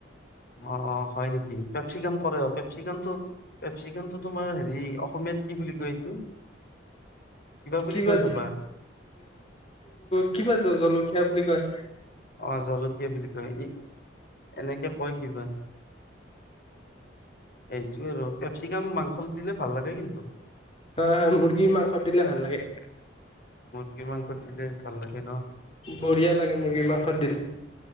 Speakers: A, on the left; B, on the left.
A: অহ', হয় নেকি পেচিকাম কৰে পেপচিকামটো পেপচিকানটো তোমাৰ হেৰি অসমীয়াত কি বুলি কয় এইটো। বুলি
B: কিবা
A: কয়
B: <unintelligible>
A: ৰবা
B: কি জলকীয়া বুলি কয়।
A: অহ ', জলকীয়া বুলি কয়। ই এনেকে কয় কিবা এইটোয়ে আৰু কেপচিকাম মাংস দিলে ভাল লাগে কিন্তু।
B: হয় - হয় মুৰ্গী মাংসত দিলে ভাল লাগে।
A: মুৰ্গী মাংসত দিলে ভাল লাগে ন।
B: বঢ়িয়া লাগে, মুৰ্গী মাংসত দিলে।